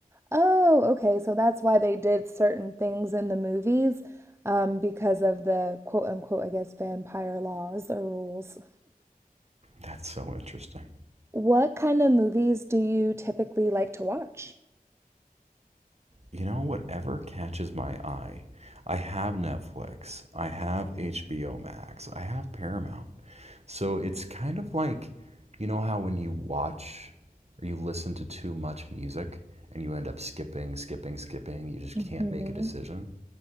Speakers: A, on the right (about 15°); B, on the right (about 45°).
A: "Oh, okay, so that's why they did certain things in the movies, um, because of the quote unquote, I guess, vampire laws or rules."
B: That's so interesting.
A: What kind of movies do you typically like to watch?
B: You know, whatever catches my eye. I have Netflix. I have HBO Max. I have Paramount. So it's kind of like, you know, how when you watch or you listen to too much music and you end up skipping, skipping, skipping, you just
A: Mhm.
B: can't make a decision.